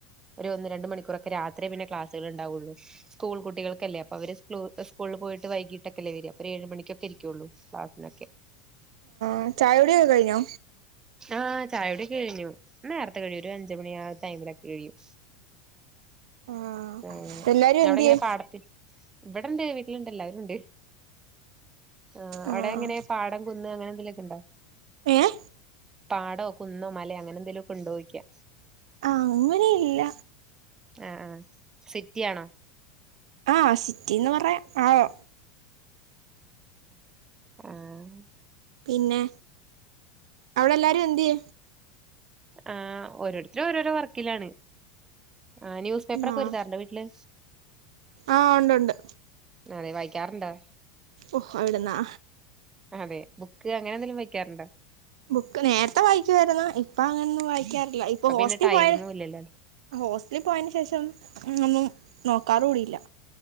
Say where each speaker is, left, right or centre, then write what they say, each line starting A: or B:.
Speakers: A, on the right (about 20°); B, on the right (about 80°).
A: ഒരു ഒന്ന് രണ്ട് മണിക്കൂറക്കെ രാത്രിയേ പിന്നെ ക്ലാസ്സുകൾ ഉണ്ടാവോള്ളൂ സ്കൂൾ കുട്ടികൾക്കല്ലേ അപ്പ അവര് സ് സ്കൂളിൽ പോയിട്ട് വൈകട്ടൊക്കെല്ലേ വര അപ്പ ഏഴ് മണിക്കക്കെ ഇരിക്കുള്ളൂ ക്ലാസ്സ്‌ന്നൊക്കെ
B: ആഹ് ചായകുടി ഒക്കെ കഴിഞ്ഞോ
A: ആഹ് ചായുടി ഒക്കെ കഴിഞ്ഞു. നേര്ത്തെ കഴിയും. ഒരു അഞ്ചു മണിയാ ആ ടൈമിലൊക്കെ കഴിയും.
B: ആഹ്
A: ഏഹ്
B: എല്ലാരും
A: ഞവ്ടെങ്ങനെ
B: എന്തിയേ
A: പാടത്തി ഇവിടെണ്ട് വീട്ട്ല്ണ്ട് എല്ലരുണ്ട് ആ
B: ആഹ്
A: അവ്ടെങ്ങനെ പാ ടം, കുന്ന് അങ്ങനെ എന്തെലൊക്കെണ്ടോ?
B: ഏഹ്
A: പാടോ, കുന്നോ, മലേ അങ്ങനെ എന്തേലൊക്കെ ഉണ്ടോ യ്ക്കാ
B: ആഹ് അങ്ങനെയില്ല
A: അഹ് ആഹ് സിറ്റി ആണോ?
B: ആ സിറ്റിന്ന് പറയാ ആവോ
A: ആഹ്
B: പിന്നെ അവ്ടെ എല്ലാരും എന്തേ
A: ആഹ് ഓരോരുത്തരും ഓരോരോ വർക്കിലാണ് ആഹ് ന്യൂസ് പേപ്പർ ഒക്കെ
B: ആഹ്
A: വര്ത്താറുണ്ടോ വീട്ട്ല്
B: ആഹ് ഉണ്ടുണ്ട്
A: അതെ വായിക്കാർണ്ടോ
B: ഓഹ് എവിടുന്നാ
A: അതെ ബുക്ക് അങ്ങനെ എന്തെങ്കിലും വായ്ക്കാർണ്ടോ
B: ബുക്ക് നേരത്തെ വായിക്കുമായിരുന്നു ഇപ്പ അങ്ങനൊന്നും വായിക്കാറില്ല ഇപ്പൊ ഹോസ്റ്റിൽ
A: പിന്നെ ടൈമും
B: പോയാ
A: ഇല്ലല്ലോ
B: ഹോസ്റ്റലിൽ പോയേന് ശേഷം ഒന്നും നോക്കാറു കൂടി ഇല്ല